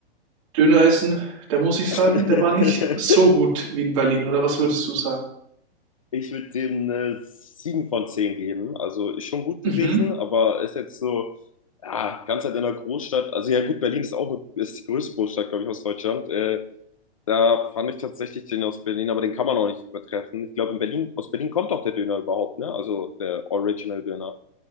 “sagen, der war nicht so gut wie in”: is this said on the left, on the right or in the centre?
Right